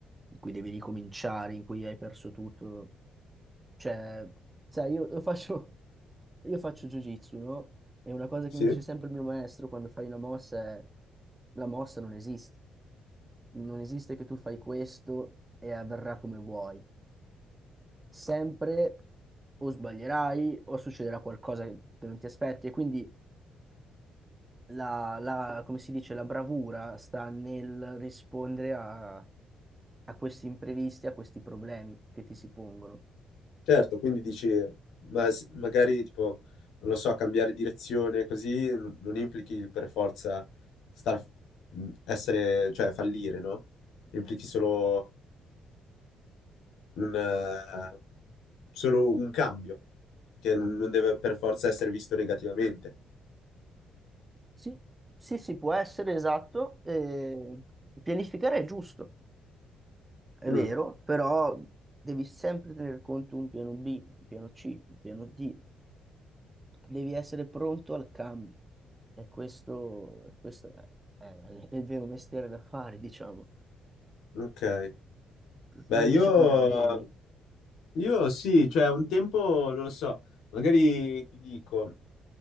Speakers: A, on the right (about 20°); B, on the left (about 85°).
A: in cui devi ricominciare, in cui hai perso tutto. Cioè, sai, io, io faccio, <laughs> io faccio jiu-jitsu, no? E una cosa
B: sì.
A: che mi dice sempre il mio maestro quando fai una mossa è la mossa non esiste. Non esiste che tu fai questo e avverrà come vuoi. Sempre o sbaglierai o succederà qualcosa che non ti aspetti. E quindi la, la- come si dice, la bravura sta nel rispondere a, a questi imprevisti, a questi problemi che ti si pongono.
B: Certo, quindi dici, ma s- magari tipo, non lo so, cambiare direzione così n- non implichi il per forza star, mh, essere, cioè fallire, no?
A: Esatto.
B: Implichi solo un, eh, solo un cambio, che n- non deve per forza essere visto negativamente.
A: Sì, sì, sì, può essere esatto. eh, pianificare è giusto, è
B: Mm,
A: vero, però devi sempre tener conto un piano B, un piano C, un piano D. Devi essere pronto al cambio. E questo, e questo è, è- è il vero mestiere da fare, diciamo.
B: ok. Beh,
A: Tu invece
B: io,
A: come la vedi?
B: io sì, cioè un tempo, non lo so, magari ti dico.